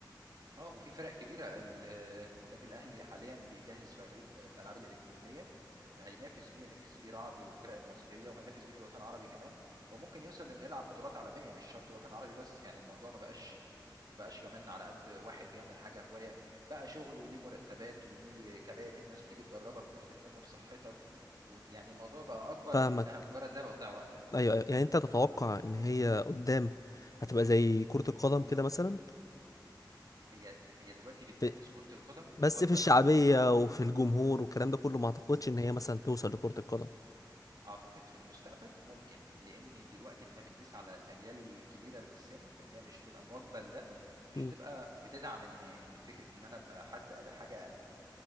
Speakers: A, on the right (about 60°); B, on the left (about 50°).
A: اه وفي فرق كبيرة ال- النادي الأهلي حاليا بيجهز فريق الألعاب الإلكترونية هينافس بيه ينافس بيه رعد والفرق المصرية وهينافس بيه في الوطن العربي كمان وممكن يوصل لأنه يلعب بطولات عالمية مش شرط الوطن العربي بس يعني الموضوع ما بقاش ما بقاش كمان على قد واحد بيعمل حاجة هواية بقى شغل وليه مرتبات وليه كباتن وناس بتيجي تدربك وناس بتهتم بصحتك ويعني الموضوع بقى أكبر
B: فاهمك
A: من إنها مجرد لعبة وتضيع وقتك
B: ايوه أيوة. يعني انت تتوقع ان هي قدام هتبقى زي كرة القدم كده مثلا
A: هي هي دلوقتي بتنافس
B: في...
A: كرة القدم
B: بس
A: وقد تتعداها
B: في الشعبية وفي الجمهور والكلام ده كله ما اعتقدش ان هي مثلا توصل لكرة القدم
A: أعتقد في المستقبل ممكن لأن دلوقتي إحنا بنقيس على الأجيال الكبيرة في السن اللي هي مش هتبقى مواكبة لده ومش
B: مم،
A: هتبقى بتدعم إن إن فكرة إن أنا أبقى حد حاجة